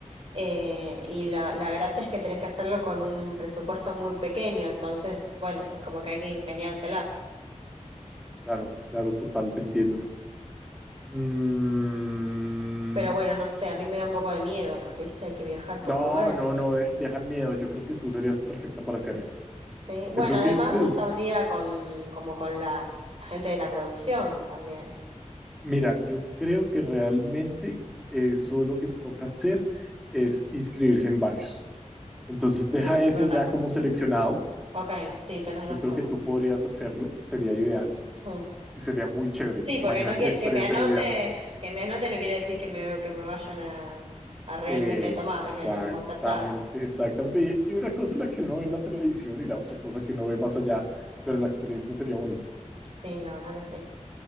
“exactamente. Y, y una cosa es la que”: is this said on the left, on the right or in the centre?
Centre